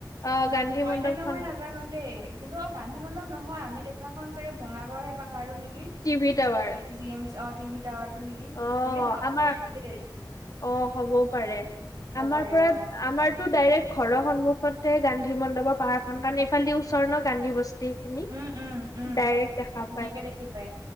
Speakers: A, on the left; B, on the right.
A: অ', গান্ধী
B: হয়
A: মণ্ডপখন
B: নে নহয় নাজানো দেই কিন্তু অ গান্ধী মণ্ডপ নহয় আমি দেখাখন চাগে ভঙাগড়ৰ সেই পাহাৰো নেকি?
A: টিভি তাৱা
B: সেই জিয়েম অ টিভি টাৱাৰ টো নেকি
A: অ',
B: বুলি ভাবো
A: আমাৰ
B: আৰু দেই
A: অ হ'বও পাৰে
B: হ'ব
A: আমাৰ
B: পাৰে
A: পৰা
B: অ
A: আমাৰতো ডাইৰেক্ট ঘৰৰ সন্মুখতে গান্ধী মণ্ডপৰ পাহাৰ খন কাৰণে এইফালদি ওচৰ ন গান্ধী বস্তি। খিনি
B: উম উম উম
A: ডাইৰেক্ট দেখা
B: ধুনীয়াকে
A: পায়
B: দেখি পায়